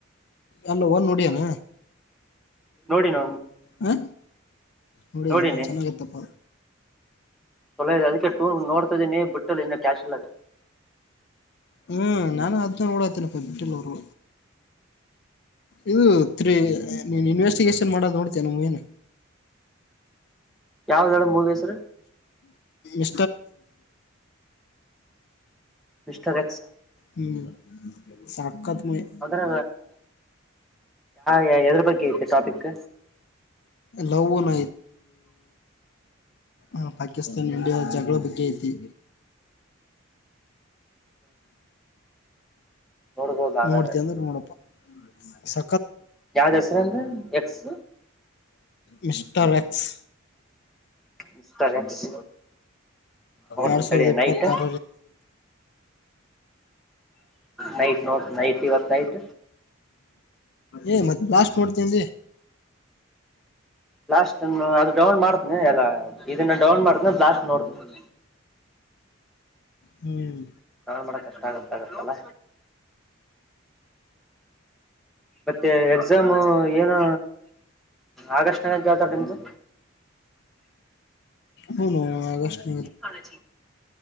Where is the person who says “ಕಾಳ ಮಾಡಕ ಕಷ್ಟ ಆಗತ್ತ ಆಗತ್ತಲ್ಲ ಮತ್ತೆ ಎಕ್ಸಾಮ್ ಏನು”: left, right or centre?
Centre